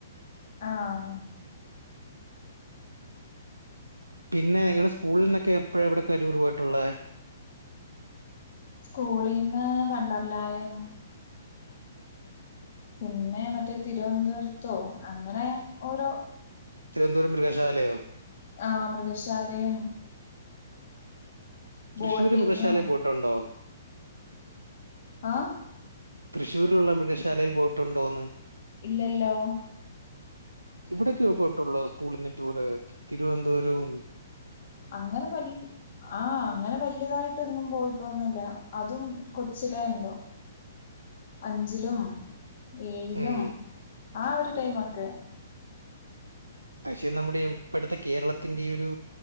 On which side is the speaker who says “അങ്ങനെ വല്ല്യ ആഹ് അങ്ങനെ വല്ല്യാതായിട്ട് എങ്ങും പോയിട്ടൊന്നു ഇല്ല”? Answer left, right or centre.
Left